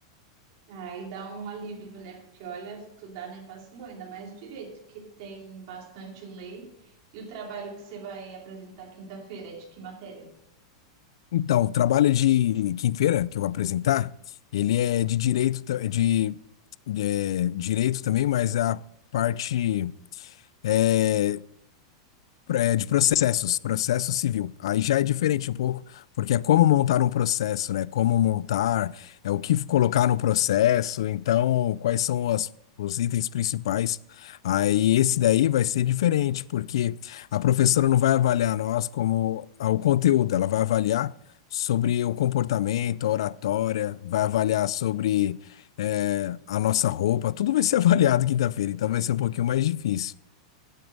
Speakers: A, on the right (about 45°); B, on the left (about 80°).
A: Aí dá um alívio, né? Porque olha, estudar não é fácil, não, ainda mais direito, que tem bastante lei. E o trabalho que você vai apresentar quinta-feira é de que matéria?
B: Então, o trabalho de quinta-feira que eu vou apresentar, ele é de direito, ta- de, de- é, direito também, mas a parte é, é, de processos, processo civil. Aí já é diferente um pouco, porque é como montar um processo, né? Como montar, é o que colocar no processo, então quais são as- os itens principais. Aí esse daí vai ser diferente, porque a professora não vai avaliar nós como ah, o conteúdo, ela vai avaliar sobre o comportamento, a oratória, vai avaliar sobre eh, a nossa roupa, tudo vai ser <laughs> avaliado quinta-feira, então vai ser um pouquinho mais difícil.